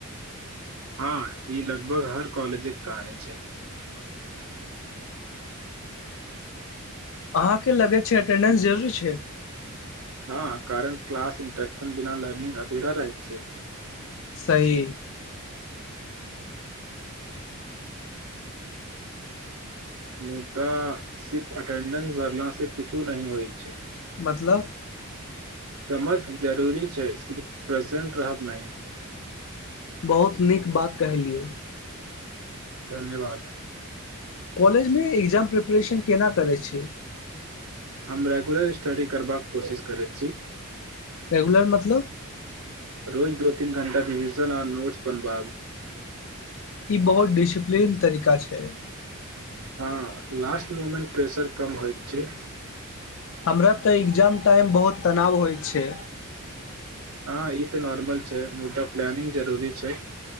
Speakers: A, on the right; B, on the left.
A: हँ ई लगभग हर कॉलेजके कहानी छै
B: अहाँके लगै छै अटेंडेंस जरूरी छै
A: हँ कारण क्लास इन्टर्शन बिना लर्निंग अधेरा रहै छै
B: सही
A: मुदा सिर्फ अटेंडेंस भरलासँ किछो नहि होइत छै
B: मतलब
A: समर्थ जरूरी छै सिर्फ प्रेजेंट रहत नहि
B: बहुत नीक बात कह लियौ
A: धन्यवाद
B: कॉलेजमे एक्जाम प्रिपरेशन केना करै छै
A: हम रेगुलर स्टडी करबाक कोशिश करैत छी
B: रेगुलर मतलब
A: रोज दो तीन घणटा रिविज़न आर नोट्सपनबाद
B: ई बहुत डिसिप्लिन तरीका छै
A: हँ लास्ट मुमेंट प्रसर कम होइ छै
B: हमरा तऽ एग्जाम टाइम बहुत तनाव होइ छै
A: हँ ई तऽ नॉर्मल छै मुदा प्लनिंग जरूरी छै